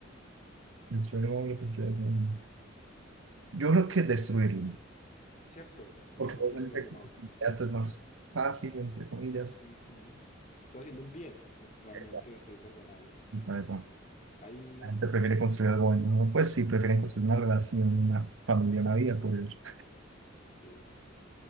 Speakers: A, on the right; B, on the left.
A: Destruir algo bueno, construir algo bueno. Yo creo que destruirlo.
B: Cierto, mejor
A: Porque no es
B: destruir
A: un efecto
B: algo malo.
A: inmediato, es más fácil, entre comillas.
B: Ujú. Estoy haciendo un bien, realmente
A: A
B: destruyendo algo malo, ¿cierto?
A: ver,
B: Ahí,
A: La gente prefiere construir algo bueno, ¿no? Pues sí, prefieren construir una relación, una familia, una vida, pues.
B: increíble.